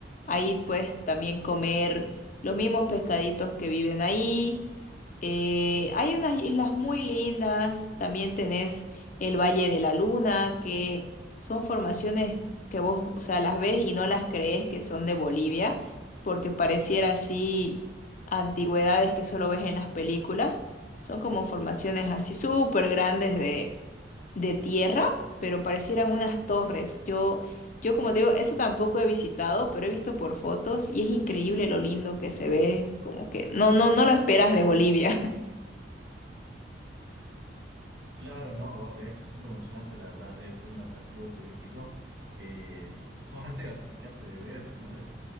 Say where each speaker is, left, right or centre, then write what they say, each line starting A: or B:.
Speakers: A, on the left; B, on the right.
A: Ahí puedes también comer los mismos pescaditos que viven ahí. Eh, hay unas islas muy lindas, también tenés el Valle de la Luna, que son formaciones que vos, o sea, las ves y no las crees que son de Bolivia, porque pareciera así antigüedades que solo ves en las películas. Son como formaciones así súper grandes de, de tierra, pero parecieran unas torres. Yo yo como te digo, eso tampoco he visitado, pero he visto por fotos y es increíble lo lindo que se ve, como que no, no, no lo esperas de Bolivia. <laughs>
B: Claro, no, wow, debe ser súper emocionante, la verdad, debe ser un atractivo turístico eh, sumamente gratificante de ver, ¿no? De,